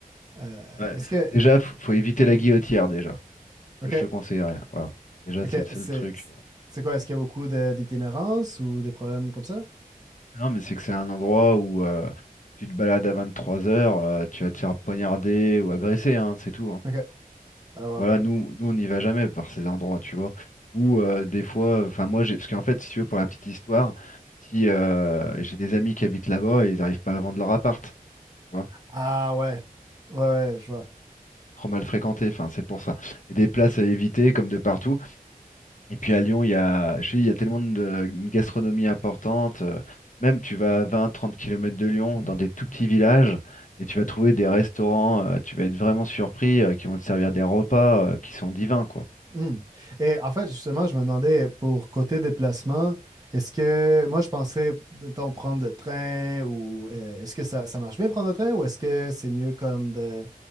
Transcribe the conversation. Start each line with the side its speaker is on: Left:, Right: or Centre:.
Right: Euh,
Left: Ouais.
Right: est-ce que...
Left: Déjà, faut, faut éviter la Guillotière, déjà. C'est ce
Right: OK,
Left: que je te conseillerais. Voilà. Déjà,
Right: OK,
Left: c'est le seul
Right: c'est...
Left: truc. euh.
Right: C'est quoi, est-ce qu'il y a beaucoup de- d'itinérance ou des problèmes comme ça?
Left: Non, mais c'est que c'est un endroit où euh, si tu te balades à trois heures, euh, tu vas te faire poignarder ou agresser, hein, c'est tout. hein.
Right: OK. Ah, wow.
Left: Voilà, nous, nous on n'y va jamais par ces endroits, tu vois. Ou euh, des fois, enfin moi j'ai, parce qu'en fait, si tu veux, pour la petite histoire, si euh, j'ai des amis qui habitent là-bas et ils n'arrivent pas à vendre leur appart, tu vois,
Right: Ah ouais. Ouais, ouais, je vois.
Left: c'est trop mal fréquenté, enfin c'est pour ça. Il y a des places à éviter comme de partout. Et puis à Lyon, il y a, je te dis, il y a tellement de une gastronomie importante. euh, même tu vas à 20-30 km de Lyon, dans des tout petits villages, et tu vas trouver des restaurants, euh, tu vas être vraiment surpris, euh, qui vont te servir des repas euh, qui sont divins, quoi.
Right: Hmm. Et en fait, justement, je me demandais pour côté déplacement, est-ce que moi je pensais, mettons, prendre le train ou euh, est-ce que ça, ça marche bien prendre le train ou est-ce que c'est mieux comme de,